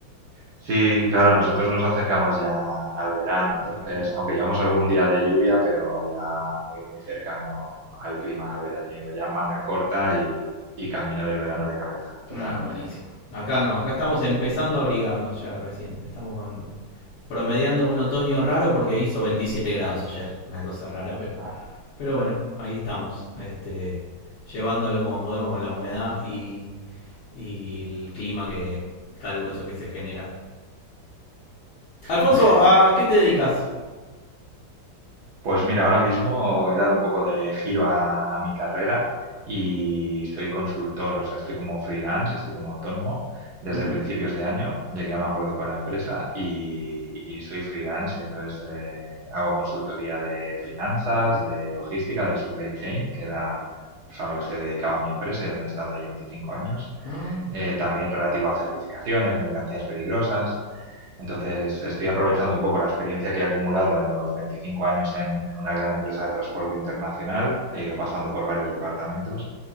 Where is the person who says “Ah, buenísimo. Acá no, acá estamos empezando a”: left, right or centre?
Left